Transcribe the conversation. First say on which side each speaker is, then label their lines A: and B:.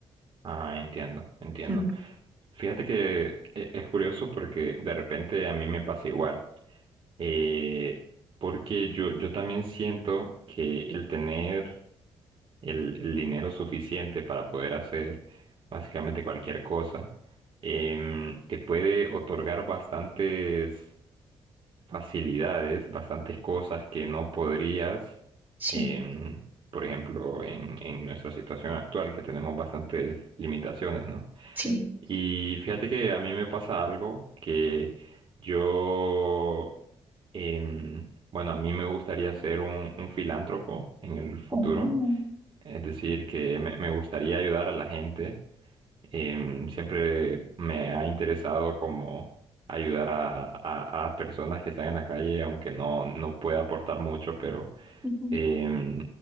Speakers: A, on the right (about 50°); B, on the right (about 15°).
A: Ah, entiendo, entiendo.
B: Mm,
A: Fíjate que e- es curioso porque de repente a mí me pasa igual. Eh, porque yo, yo también siento que el tener el, el dinero suficiente para poder hacer básicamente cualquier cosa, em, te puede otorgar bastantes facilidades, bastantes cosas que no podrías,
B: sí,
A: em, por ejemplo, en, en nuestra situación actual, que tenemos bastantes limitaciones, ¿no?
B: sí.
A: Y fíjate que a mí me pasa algo que yo, em, bueno, a mí me gustaría ser un, un filántropo en el futuro,
B: Oh,
A: es decir, que me me gustaría ayudar a la gente Em, siempre me ha interesado como ayudar a, a- a personas que están en la calle, aunque no, no pueda aportar mucho, pero,
B: ujú,
A: em,